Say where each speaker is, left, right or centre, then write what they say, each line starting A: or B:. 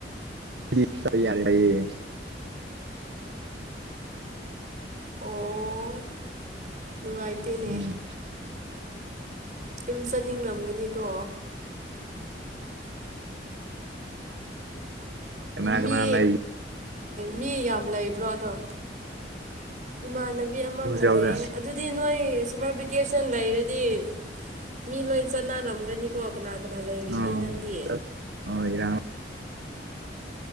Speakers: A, on the right; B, on the right.
A: <unintelligible>
B: ꯑꯣ ꯅꯨꯡꯉꯥꯏꯇꯦꯅꯦ꯫
A: ꯎꯝ
B: ꯌꯨꯝ ꯆꯠꯅꯤꯡꯔꯝꯒꯅꯤꯀꯣ꯫
A: ꯀꯅꯥ-ꯀꯅꯥ
B: ꯃꯤ
A: ꯂꯩ꯫
B: ꯃꯤ ꯌꯥꯝ ꯂꯩꯕ꯭ꯔꯣ ꯑꯗꯣ ꯏꯃꯥꯅ ꯃꯤ ꯑꯃꯒ
A: ꯍꯣꯁꯇꯦꯜꯗ
B: ꯂꯩꯌꯦ ꯑꯗꯨꯗꯤ ꯅꯣꯏ ꯁꯝꯃꯔ ꯚꯦꯀꯦꯁꯟ ꯂꯩꯔꯗꯤ ꯃꯤ ꯂꯣꯏ ꯆꯠꯅꯔꯝꯒꯅꯤꯀꯣ ꯀꯅꯥ-ꯀꯅꯥ ꯂꯩꯔꯤꯒꯦ
A: ꯑꯥ
B: ꯅꯪꯗꯤ꯫
A: ꯆꯠ ꯑꯥ ꯏꯔꯥꯡ